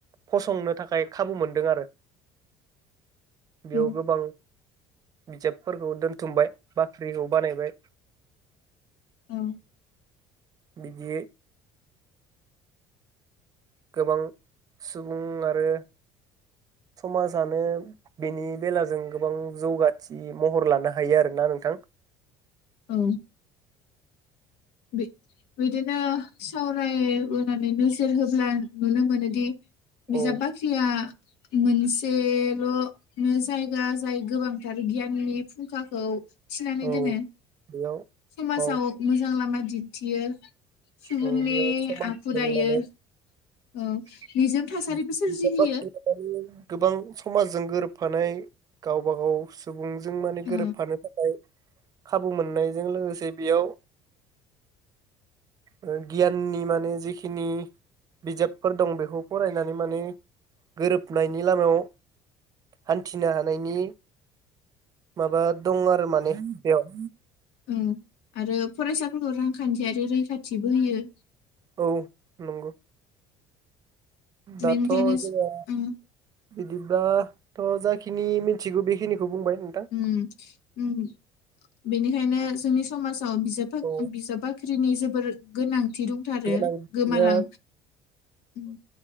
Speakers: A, on the right; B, on the left.
A: फसंनो थाखाय खाबु मोनदों आरो। बियाव
B: औ
A: गोबां बिजाबफोरखौ दोनथुमबाय बाख्रिखौ बानायबाय।
B: औ।
A: बिदि गोबां सुबुं आरो समाजानो बेनि बेलाजों गोबां जौगाथि महर लानो हायो आरोना नोंथां?
B: औ। बि बिदिनो सावरायबोनानै नोजोर होब्ला नुनो मोनोदि बिजाब
A: औ
B: बाख्रिया मोनसेल'नो जायगा जाय गोबांथार गियाननि फुंखाखौ थिनानै
A: औ
B: दोनो
A: बेयाव
B: समाजाव
A: औ
B: मोजां लामा दिन्थियो। सुबुंनि
A: औ बेयाव समाजजों
B: आखु दायो।
A: माने
B: औ।
A: <unintelligible>
B: निजोम थासारिबो सोरजिहोयो
A: गोबां समाजजों गोरोबफानाय गावबा गाव सुबुं जों माने
B: ओ
A: गोरोबफानो थाखाय खाबु मोननायजों लोगोसे बेयाव ओ गियाननि माने जिखिनि बिजाबफोर दं बेखौ फरायनानै माने गोरोबनायनि लामायाव हान्थिनो हानायनि माबा दं आरो माने बेयाव।
B: ओं आरो फरायसाफोरखौ रांखान्थियारि रैखाथिबो होयो।
A: औ नंगौ। दाथ'
B: बेनिखायनो
A: जोंहा
B: उम
A: बिदिब्लाथ' जाखिनि मिथिगौ बेखिनिखौ बुंबाय नोंथां।
B: ओम ओम बेनिखायनो जोंनि समाज अ बिजाब बाख
A: औ
B: बिजाब बाख ख्रिनि जोबोर गोनां थि दंथारो
A: गोनांथिया
B: गोमालां उम।